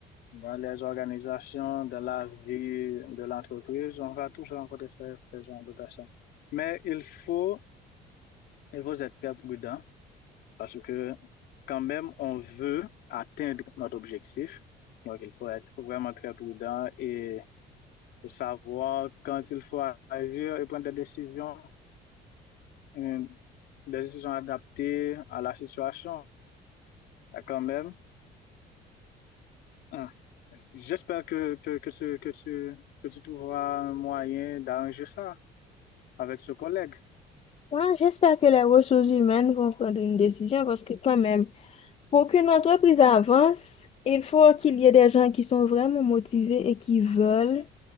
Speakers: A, on the left; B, on the left.
A: Dans les organisations, dans la vie de l'entreprise, on va toujours rencontrer ce, ce genre de personnes. Mais il faut, il faut être très prudent parce que quand même, on veut atteindre notre objectif. Donc, il faut être vraiment très prudent et, et savoir quand il faut agir et prendre des décisions, euh, des décisions adaptées à la situation quand même. hein, J'espère que, que, que, tu, que, tu, que tu trouveras un moyen d'arranger ça. avec ce collègue.
B: Moi, j'espère que les ressources humaines vont prendre une décision parce que quand même, pour qu'une entreprise avance, il faut qu'il y ait des gens qui sont vraiment motivés et qui veulent